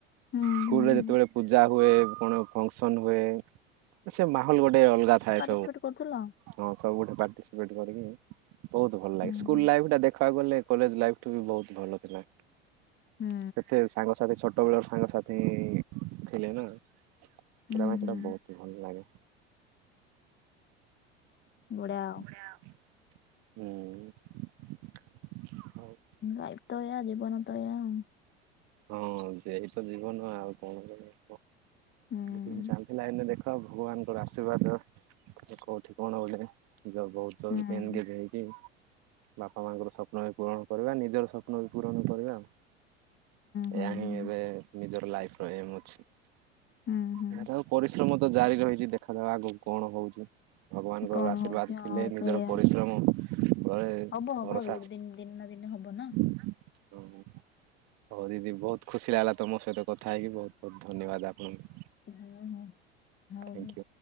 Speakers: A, on the left; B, on the right.
A: ହୁଁ
B: ସ୍କୁଲୁ
A: ହୁଁ
B: ରେ
A: ହୁଁ
B: ଯେତେବେଳେ ପୂଜା ହୁଏ କଣ ଫଙ୍କସନ ହୁଏ। ସେ ମାହଲୁ ଗୋଟେ ଅଲଗା ଥାଏ।
A: ଟିକେଟ କରୁଥିଲ?
B: ନ ଖାଉ ଗୋଟେ ପାର୍ଟିସିପେଟେ କରିକି। ବହୁତୁ ଭଲ ଲାଗେ
A: ହୁଁ
B: ସ୍କୁଲୁ
A: ହୁଁ
B: ଲାଇଫି ଟା ଦେଖ ଦେଖି ବାକୁ ଗଲେ କଲେଜ ଲାଇଫି ଠୁ ବି ବହୁତୁ ଭଲ ଥିଲା।
A: ହୁଁ
B: ସେତେ ସାଙ୍ଗସଥି ଛୋଟ ଛୋଟବେଳ ର ସାଙ୍ଗସାଥି ଥିଲେ ନା। ସେଟା
A: ହୁଁ
B: ମା କିନା
A: ହୁଁ
B: ବହୁତୁ ଭଲ ଲାଗେ।
A: ବଢିଆଉ।
B: ୟା ଉଁ। ହୁଁ ହଉ।
A: ଲାଇଫି ତ ଏଇଆ ଜୀବନ ତ ଏଇଆଉ।
B: ହଁ ସେହିତ ତ ଜୀବନ ଆଉ କଣ କରିବା।
A: ହୁଁ।
B: ଦିନି ଚାନ୍ଦି ଲାଇନୀରେ ଦେଖ ଆଉ ଭଗବାନଙ୍କର ଆଶୀର୍ବାଦ। କୋଉଠି କଣ ବୋଲେ। ଜଗବତଲ
A: ହୁଁ ହୁଁ
B: କେନ୍ ଗିରେ। କିଏ। ବାପା ମାଙ୍କର ସ୍ୱପ୍ନ ବି ପୂରଣ କରିବା ନିଜର ସ୍ୱପ୍ନ ବି ପୂରଣ କରିବା ଆଉ।
A: ହୁଁ
B: ଏହା ହିଁ
A: ହୁଁ
B: ଏବେ ନିଜର ଲାଇଫି ର ଏମ୍ ଅଛି।
A: ଉଁ ହୁଁ।
B: ଏହାର ପରିଶ୍ରମ ତ ଜାରି ରହିଛି ଦେଖାଯାଉଁ ଆଗକୁ କଣ ହଉଛି। ଭଗବାନଙ୍କର
A: କଣ
B: ଆଶୀର୍ବାଦ
A: ହଉଛି
B: ଥିଲେ
A: ହଁ
B: ନିଜର
A: ସେଇଆ
B: ପରିଶ୍ରମ ବଳେ
A: ହବ ହବ
B: ଭରସା
A: ଗୋଟେ ଦିନି ଦିନେ ନା ଦିନି ହବ ନାଁ।
B: <inaudible> ହଁ ହଉ। କରିନି ବହୁତୁ ଖୁସି ଲାଗିଲା ତମ ସହିତ କଥା ହେଇକି ବହୁତୁ ବହୁତୁ ଧନ୍ୟବାଦ ଆପଣଙ୍କୁ।
A: ହଁ ହଁ। ହଉଁ
B: ଥ୍ୟାଙ୍କୟୁ।
A: ହଁ।